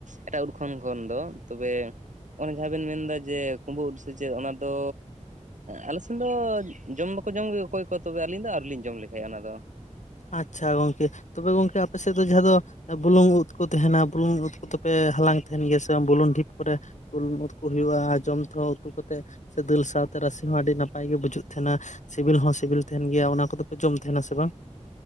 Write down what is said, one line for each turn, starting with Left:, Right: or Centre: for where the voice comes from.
Right: ᱮᱴᱟᱜ ᱩᱫ ᱠᱷᱚᱱ ᱫᱚ ᱛᱚᱵᱮ, ᱚᱱᱮ ᱡᱟᱦᱟᱸ ᱵᱮᱱ ᱢᱮᱱᱫᱟ ᱡᱮ ᱠᱩᱢᱵᱟᱹ ᱩᱫ ᱥᱮ ᱪᱮᱫ ᱚᱱᱟ ᱫᱚ ᱟᱞᱮ ᱥᱮᱱ ᱫᱚ ᱡᱚᱢ ᱫᱚᱠᱚ ᱡᱚᱢ ᱜᱮ ᱚᱠᱚᱭ ᱠᱚ, ᱛᱚᱵᱮ ᱟᱹᱞᱤᱧ ᱫᱚ ᱟᱣᱨᱤ ᱞᱤᱧ ᱡᱚᱢ ᱞᱮᱜᱟᱭᱟ ᱚᱱᱟ ᱫᱚ᱾
Left: ᱟᱪᱪᱷᱟ ᱜᱚᱝᱠᱮ, ᱛᱚᱵᱮ ᱜᱚᱝᱠᱮ ᱟᱯᱮ ᱥᱮᱫ ᱫᱚ ᱡᱟᱦᱟᱸ ᱫᱚ ᱦᱮᱸ ᱵᱩᱞᱩᱝ ᱩᱫ ᱠᱚ ᱛᱟᱦᱮᱱᱟ ᱵᱩᱞᱩᱝ ᱩᱫ ᱠᱚᱫᱚᱯᱮ ᱦᱟᱞᱟᱝ ᱛᱟᱦᱮᱱ ᱜᱮᱭᱟ ᱥᱮ ᱵᱩᱞᱩᱝ ᱰᱷᱤᱯ ᱠᱚᱨᱮ <unintelligible> ᱠᱚ ᱦᱩᱭᱩᱜᱼᱟ ᱡᱚᱢ ᱛᱮᱦᱚᱸ ᱩᱛᱩ ᱠᱟᱛᱮᱫ ᱥᱮ ᱫᱟᱹᱞ ᱥᱟᱶᱛᱮ ᱨᱟᱥᱮ ᱦᱚᱸ ᱟᱹᱰᱤ ᱱᱟᱯᱟᱭ ᱜᱮ ᱵᱩᱡᱩᱜ ᱛᱟᱦᱮᱱᱟ᱾ ᱥᱤᱵᱤᱞ ᱦᱚᱸ ᱥᱤᱵᱤᱞ ᱛᱟᱦᱮᱱ ᱜᱮᱭᱟ᱾ ᱚᱱᱟ ᱠᱚᱫᱚᱯᱮ ᱡᱚᱢ ᱛᱟᱦᱮᱱᱟ ᱥᱮ ᱵᱟᱝ?